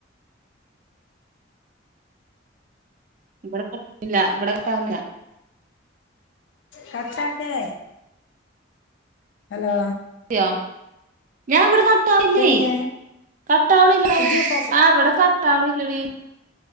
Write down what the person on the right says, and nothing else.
ഇവിടെ കട്ടില്ല ഇവിടെ കട്ടാവുന്നില്ല
ക്കിയോ ഞാവടെ കട്ടാവില്ലേ
കട്ടാവണുല്ലേ
ആ ഇവടെ കട്ടാവണില്ലെടി